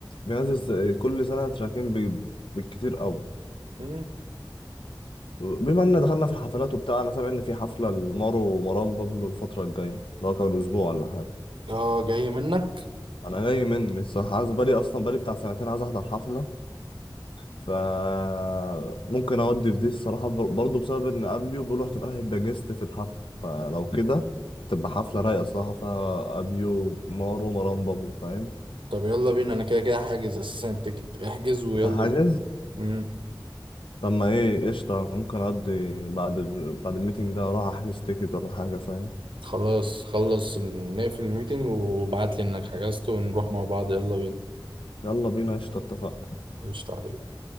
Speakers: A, on the left; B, on the right.
A: بينزل س- كل سنه تراكين بي- بالكتير قوي
B: مم.
A: بما ان دخلنا في الحفلات وبتاع انا سامع ان في حفله لمارو ومروان بابلو الفتره الجايه اللي هو كمان اسبوع ولا حاجه
B: اه جاي منك
A: انا جاي مني الصراحه عايز بالي اصلا بالي بتاع سنتين عايز احضر حفله فممكن اودي في دي الصراحه بر- برضه بسبب ان ابيو بيقولوا احتمال هيبقى جيست في الحفله فلو كده تبقى حفله رايقه صراحه فيها ابيو مارو مروان بابلو فاهم
B: طب يلا بينا انا كده كده حاجز اساسا التيكت احجز ويلا
A: كنت هحجز
B: بينا مم.
A: طب ما ايه قشطه أنا ممكن اودي بعد ال... بعد الميتنج ده اروح احجز تيكت ولا حاجه فاهم
B: خلاص خلص ال- نقفل الميتنج وابعت لي انك حجزت ونروح مع بعض يلا بينا
A: يلا بينا قشطه اتفقنا
B: قشطة عليك